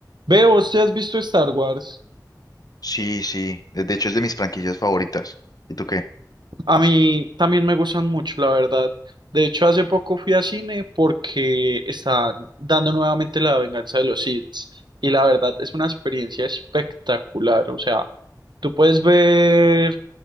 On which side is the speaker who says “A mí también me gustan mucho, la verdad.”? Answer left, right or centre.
Right